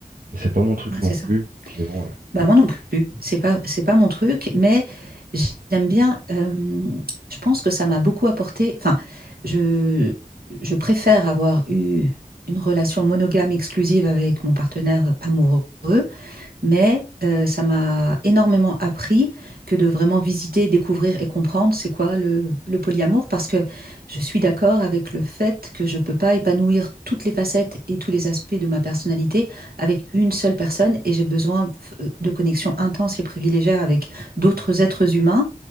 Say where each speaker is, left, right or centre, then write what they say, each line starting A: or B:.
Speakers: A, on the right (about 70°); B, on the right (about 85°).
A: Et c'est pas mon truc
B: ouais,
A: non
B: c'est
A: plus.
B: ça.
A: Puis bon, ouais.
B: Bah moi non plus, c'est pas, c'est pas mon truc, mais j'aime bien, euh, je pense que ça m'a beaucoup apporté, enfin, je, je préfère avoir eu une relation monogame exclusive avec mon partenaire amoureux mais euh, ça m'a énormément appris que de vraiment visiter, découvrir et comprendre c'est quoi le, le polyamour, parce que je suis d'accord avec le fait que je ne peux pas épanouir toutes les facettes et tous les aspects de ma personnalité avec une seule personne, et j'ai besoin euh, de connexions intenses et privilégiées avec d'autres êtres humains